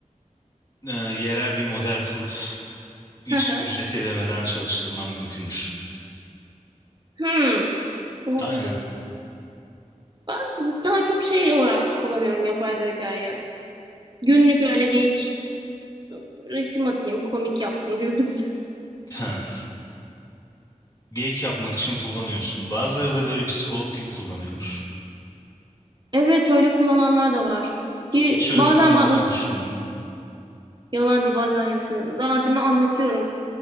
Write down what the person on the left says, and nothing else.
e, yerel bir model kurup hiç
ücret ödemeden çalıştırmam mümkünmüş.
Aynen.
Ha. Geyik yapmak için kullanıyorsun. Bazıları da böyle psikolog gibi kullanıyormuş.
Hiç öyle
kullanmayı
düşündün mü?